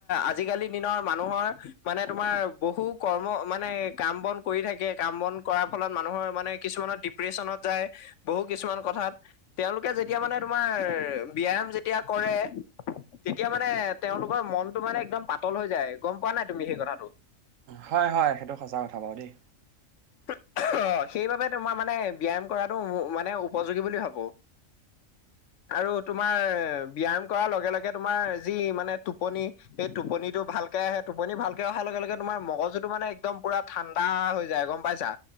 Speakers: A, on the left; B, on the right.
A: আজিকালি দিনৰ মানুহৰ মানে তোমাৰ বহু কৰ্ম মানে কাম-বন কৰি থাকে। কাম-বন কৰাৰ ফলত মানুহৰ মানে কিছুমানৰ ডিপ্ৰেছনত যায়। বহু কিছুমান কথাত তেওঁলোকে যেতিয়া মানে তোমাৰ ব্যায়াম যেতিয়া কৰে তেতিয়া মানে তেওঁলোকৰ মনটো মানে একদম পাতল হৈ যায়। গম পোৱা নে নাই তুমি সেই কথাটো?
B: হয় হয়, সেইটো সঁচা কথা বাৰু দেই।
A: <unintelligible> অ', সেইবাবে তোমাৰ মানে ব্যায়াম কৰাটো মানে উপযোগী বুলি ভাৱোঁ। আৰু তোমাৰ ব্যায়াম কৰাৰ লগে লগে তোমাৰ যি মানে টোপনি, সেই টোপনিটো ভাল ভালকে আহে। টোপনি ভালকে অহাৰ লগে লগে তোমাৰ মগজুটো মানে একদম পুৰা ঠাণ্ডা হৈ যায়। গম পাইছা?